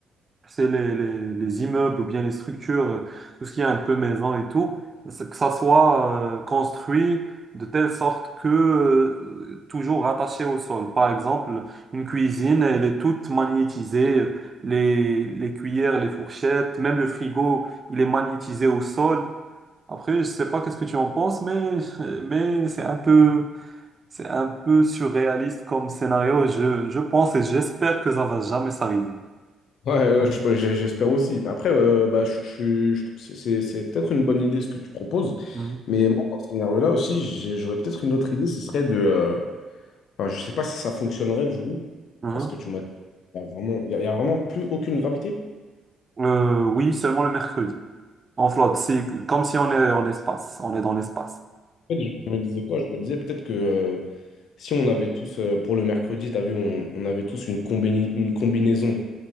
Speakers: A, on the right; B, on the left.
A: c'est les, les, les immeubles ou bien les structures, euh, tout ce qui est un peu maison et tout, c'est que ça soit euh, construit de telle sorte que euh, toujours rattaché au sol. Par exemple, une cuisine, elle est toute magnétisée, les, les cuillères, les fourchettes, même le frigo, il est magnétisé au sol. Après, je sais pas qu'est-ce que tu en penses, mais, <laughs> mais c'est un peu, c'est un peu surréaliste comme scénario. Je, je pense et j'espère que ça va jamais s'arriver.
B: ouais, ouais, je- je- j'espère aussi. Mais Après, euh, bah, je, je- je- c'est c'est- c'est peut-être une bonne idée ce que tu proposes.
A: Mhm.
B: Mais moi, dans ce scénario-là aussi, j'ai- j'aurais peut-être une autre idée. Ce serait de. euh, enfin, je sais pas si ça fonctionnerait, du coup.
A: Mhm.
B: Parce que tu m'as dit, il y a vraiment, il y a, il y a vraiment plus aucune gravité.
A: Euh, oui, seulement le mercredi. En flotte, c'est comme si on est en espace. On est dans l'espace.
B: fait, je me disais quoi? Je me disais peut-être que euh, si on avait tous, euh, pour le mercredi, tu as vu, on, on avait tous une combini- une combinaison